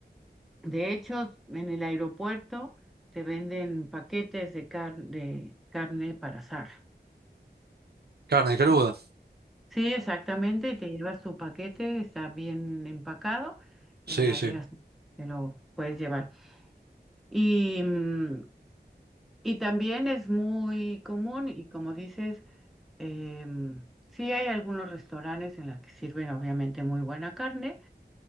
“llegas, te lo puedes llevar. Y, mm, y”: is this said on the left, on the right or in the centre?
Centre